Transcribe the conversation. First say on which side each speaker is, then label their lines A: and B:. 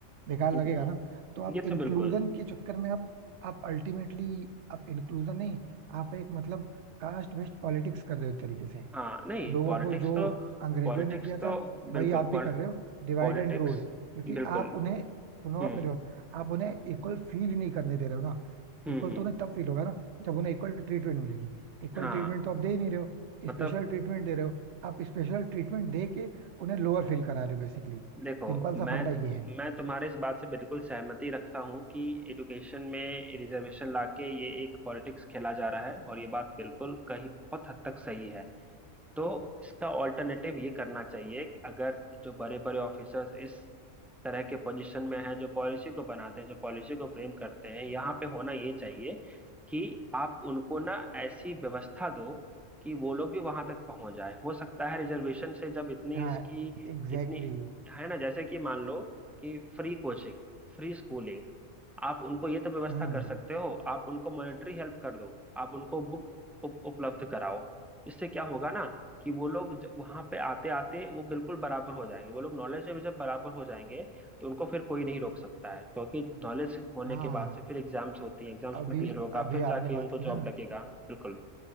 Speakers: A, on the right; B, in the centre.
A: बेकार
B: हम्म,
A: लगेगा ना तो आप
B: ये
A: इंक्लूजन
B: तो बिल्कुल
A: के चक्कर में आप आप अल्टीमेटली आप इंक्लूजन नहीं आप एक मतलब कास्ट बेस्ड पॉलिटिक्स कर रहे हो एक तरीके से
B: हाँ नहीं
A: लोगों
B: पॉलिटिक्स
A: को जो
B: तो
A: अंग्रेजों
B: पॉलिटिक्स
A: ने किया था
B: तो
A: वही
B: बिल्कुल
A: आप भी कर रहे हो डिवाइड
B: पॉलिटिक्स
A: एंड रूल क्योंकि
B: बिल्कुल
A: आप उन्हें सुनो
B: हम्म
A: आप मेरी बात आप उन्हें इक्वल फील ही नहीं करने दे रहे हो ना
B: हम्म
A: इक्वल
B: हम्म
A: तो उन्हें तब फील होगा ना जब उन्हें इक्वल ट्रीटमेंट मिलेगी इक्वल
B: हाँ
A: ट्रीटमेंट तो आप दे ही नहीं रहे हो
B: मतलब
A: स्पेशल ट्रीटमेंट दे रहे हो आप स्पेशल ट्रीटमेंट दे के उन्हें लोअर फील करा रहे हो बेसिकली सिंपल
B: देखो
A: सा
B: मैं
A: फंडा ये है
B: मैं तुम्हारे इस बात से बिल्कुल सहमति रखता हूँ कि एडुकेशन में रिजर्वेशन लाके ये एक पॉलिटिक्स खेला जा रहा है और ये बात बिल्कुल कहीं बहुत हद तक सही है तो इसका ऑल्टरनेटिव ये करना चाहिए कि अगर जो बड़े बड़े ऑफिसर्स इस तरह के पोजीशन में हैं जो पॉलिसी को बनाते हैं जो पॉलिसी को फ्रेम करते हैं यहाँ पे होना ये चाहिए कि आप उनको ना ऐसी व्यवस्था दो कि वो लोग भी वहां तक पहुंच जाए हो सकता है रिजर्वेशन से जब इतनी
A: हाँ
B: इसकी
A: एग्जैक्टली
B: इतनी
A: exactly.
B: है ना जैसे कि मान लो कि फ्री कोचिंग फ्री स्कूलिंग आप उनको ये तो व्यवस्था
A: हम्म
B: कर सकते हो आप उनको मॉनेटरी हेल्प कर दो आप उनको बुक उप, उपलब्ध कराओ इससे क्या होगा ना कि वो लोग ज- वहां पे आते आते वो बिल्कुल बराबर हो जाएंगे वो लोग नॉलेज में जब बराबर हो जाएंगे तो उनको फिर कोई नहीं रोक सकता है क्योंकि नॉलेज होने
A: हाँ
B: के बाद से फिर एग्जाम्स होती हैं एग्जाम्स
A: अभी
B: में क्लियर होगा
A: अभी
B: फिर
A: आपने
B: जाके
A: बात
B: उनको
A: की ना
B: जॉब लगेगा बिल्कुल